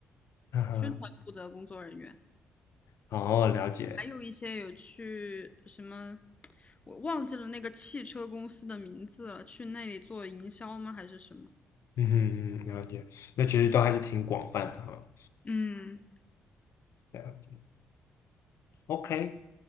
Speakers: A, on the left (about 65°); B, on the left (about 25°).
A: 嗯哼，
B: 宣传部的工作人员，
A: 哦，了解，
B: 还有一些有去什么。我忘记了那个汽车公司的名字了，去那里做营销吗？还是什么？
A: 嗯哼，嗯了解，那其实都还是挺广泛的哈。
B: 嗯，
A: 了解，OK，